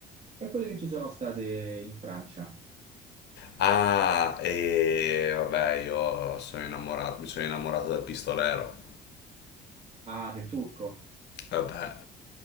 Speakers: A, on the right; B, on the left.
A: E quelle che ci sono state in Francia?
B: Ah, e vabbè, io sono innamorato, mi sono innamorato del pistolero.
A: Ah, del turco.
B: Vabbè,